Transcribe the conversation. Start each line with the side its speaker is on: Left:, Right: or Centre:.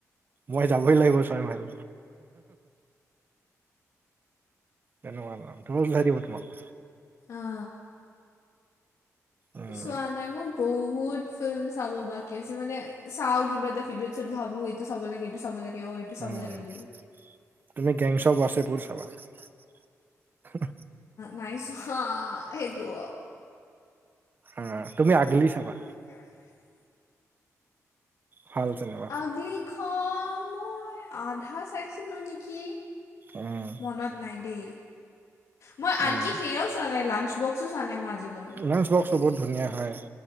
Right: মই যাবই লাগিব ছয় মাইল তেনকুৱা মানে উল্টাই দিব তোমাক
Left: অ'
Right: উম
Left: চোৱা নাই মোৰ বহুত ফিল্ম চাব বাকী আছে মানে চাও কিবা পিছত ভাবো এইটো চাব লাগে এইটো চাব লাগে অ চাব
Right: উম
Left: লাগে বুলি
Right: তুমি গেংচছ অৱ ৱাচিপুৰ চাবা
Left: নাইছোৱা সেইটো
Right: উম তুমি আগলি চাবা।
Left: তুমি আগলি চাবা
Right: ভাল চিনেমা।
Left: আগলিখন মই আধা চাইছিলো নেকি।
Right: উম
Left: মনত নাই দেই, মই আনকি
Right: উম
Left: সেইয়াও চোৱা নাই লাঞ্চ বক্সো চোৱা নাই মই আজিলৈ।
Right: লাঞ্চ বক্সটো বহুত ধুনীয়া হয়